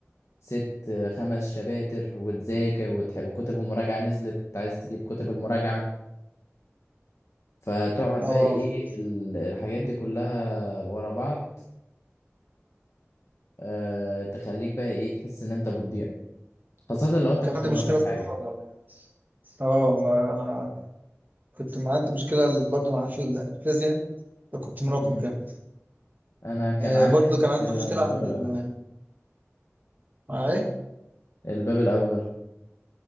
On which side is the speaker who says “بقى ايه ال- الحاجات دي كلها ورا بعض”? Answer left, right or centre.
Left